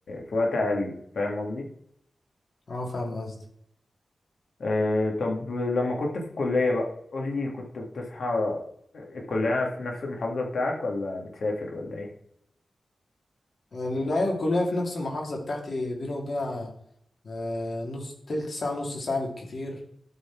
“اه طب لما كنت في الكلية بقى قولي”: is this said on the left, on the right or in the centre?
Left